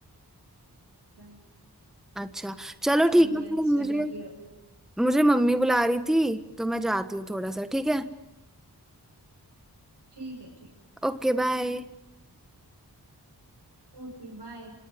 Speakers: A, on the right (about 90°); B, in the centre.
A: अच्छा,
B: अच्छा चलो
A: सही
B: ठीक है
A: है
B: फिर मुझे
A: स्विमिंग भी हो जाए
B: मुझे मम्मी बुला रही थी तो मैं जाती हूँ थोड़ा सा ठीक है
A: ठीक है ठीक
B: ओके बाय
A: Okay bye